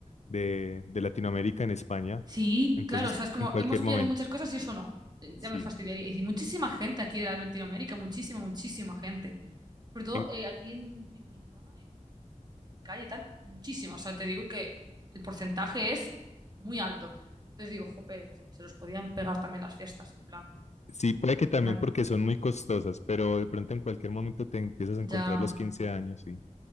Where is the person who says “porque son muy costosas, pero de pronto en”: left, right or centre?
Left